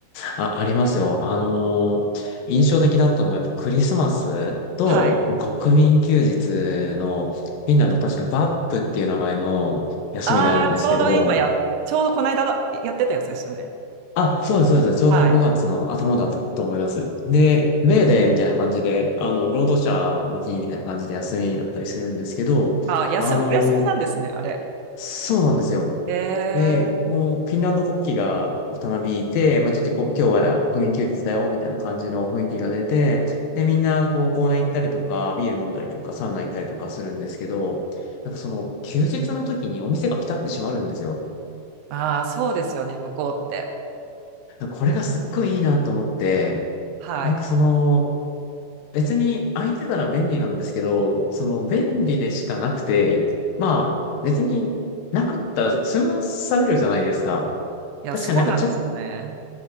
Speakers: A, on the left; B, on the right.
A: あ、ありますよ。あのー印象的だったのがやっぱクリスマスともう国民休日の、
B: はい。
A: フィンランド確かバップっていう名前の休みがあるんですけど、
B: <laughs> ああ、ちょうど今や、ちょうどこの間だやってたやつですよね。
A: あ、そうです、そうです。ちょうど5月の頭だったと思います。
B: はい。
A: で、メーデーみたいな感じで、あの、労働者の日みたいな感じで休みだったりするんですけど、
B: ああ、やす、
A: あの、
B: お休みなんですね、あれ。
A: そうなんですよ。
B: え
A: で、
B: え。
A: こう、フィンランド国旗がたなびいて、まあちょっとこう、今日は国民休日だよ、みたいな感じの雰囲気が出て、で、みんな、こう、公園行ったりとか、ビール飲んだりとか、サウナ行ったりとかするんですけど、なんかその、休日の時にお店がピタって閉まるんですよ。
B: ああ、そうですよね、向こうって。
A: これがすっごいいいなと思って、
B: はい。
A: なんかその、別に空いてたら便利なんですけど、その便利でしかなくて、まあ別になかったら済まされるじゃないですか。
B: いや、
A: 確かになんかちょっ
B: そうなんですよね。